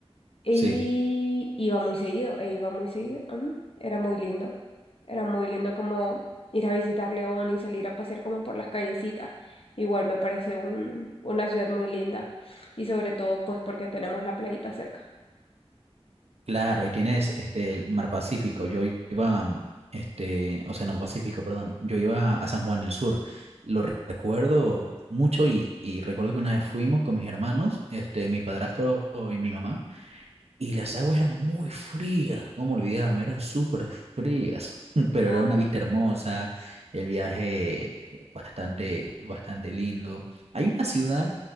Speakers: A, on the left (about 60°); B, on the right (about 75°).
A: Y
B: Sí,
A: iba muy seguido, e iba muy seguido. ujú. Era muy lindo. Era muy lindo como ir a visitar León y salir a pasear como por las callecitas. Igual me parece un, una ciudad muy linda. Y sobre todo, pues porque tenemos la playita cerca.
B: claro, ahí tienes este el Mar Pacífico. Yo iba, mm, este, Océano Pacífico, perdón. Yo iba a San Juan del Sur. Lo recuerdo mucho y, y recuerdo que una vez fuimos con mis hermanos, este, mi padrastro y mi mamá. Y las aguas eran muy frías, cómo olvidarme, eran súper frías, <laughs> pero
A: Ah,
B: era una vista hermosa, el viaje bastante, bastante lindo. Hay una ciudad